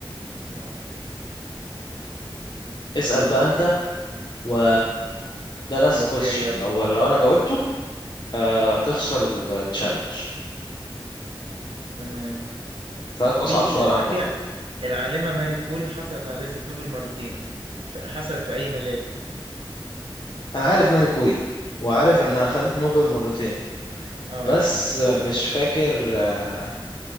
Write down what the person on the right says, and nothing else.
اه
أمم،
اوكي
يلا
تمام
في
ال-
في
العالمة ماري كوري حصلت على جائزة نوبل مرتين ف- حصلت في اي مجال
اه
اه